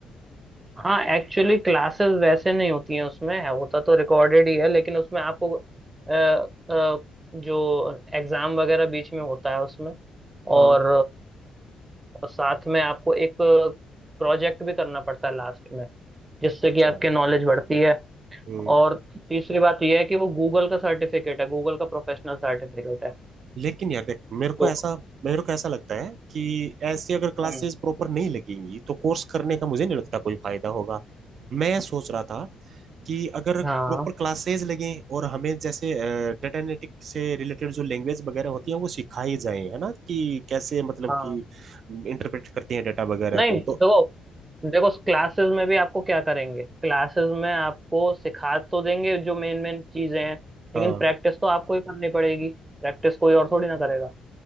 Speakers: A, on the right (about 25°); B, on the right (about 60°).
A: हाँ एक्चुअली क्लासेस वैसे नहीं होती हैं उसमें है होता तो रिकॉर्डेड ही है लेकिन उसमें आपको अ, अ, जो एग्जाम वगैरह बीच में होता है उसमें और
B: हाँ
A: अ, साथ में आपको एक प्रोजेक्ट भी करना पड़ता है लास्ट में जिससे
B: अच्छा
A: कि आपकी नॉलेज बढ़ती है
B: हम्म
A: और तीसरी बात यह है कि वो गूगल का सर्टिफिकेट है गूगल का प्रोफेशनल सर्टिफिकेट है
B: लेकिन यार देख मेरे
A: तो
B: को ऐसा मेरे को ऐसा लगता है कि ऐसे अगर क्लासेस
A: हम्म
B: प्रॉपर नहीं लगेंगी तो कोर्स करने का मुझे नहीं लगता कोई फायदा होगा मैं सोच रहा था कि अगर प्रॉपर
A: हाँ
B: क्लासेस लगें और हमें जैसे डेटा एनालिटिक से रिलेटेड जो लैंग्वेज वगैरह होती है वो सिखाई जाए है ना कि कैसे मतलब
A: हाँ
B: कि इंटरप्रेट करते हैं डेटा वगैरह
A: नहीं
B: को
A: देखो
B: तो
A: देखो क्लासेस में भी आपको क्या करेंगे क्लासेस में आपको सिखा तो देंगे जो मेन मेन चीजें हैं
B: हाँ
A: लेकिन प्रैक्टिस तो आपको ही करनी पड़ेगी प्रैक्टिस कोई और थोड़ी ना करेगा